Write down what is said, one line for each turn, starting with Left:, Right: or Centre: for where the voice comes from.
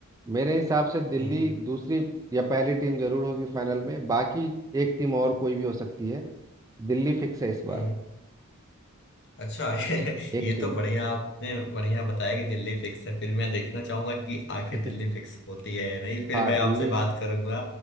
Right: मेरे हिसाब से दिल्ली
Left: हम्म
Right: दूसरी या पहली टीम जरूर होगी फाइनल में बाकी एक टीम और कोई भी हो सकती है दिल्ली फिक्स है इस बार
Left: हम्म अच्छा <laughs>
Right: एक
Left: ये
Right: टीम
Left: तो बढ़िया आपने बढ़िया बताया कि दिल्ली फिक्स है फिर मैं देखना चाहूंगा कि आखिर
Right: <laughs>
Left: दिल्ली फिक्स होती है या नहीं फिर
Right: हाँ
Left: मैं
Right: दिल्ली
Left: आपसे बात करूंगा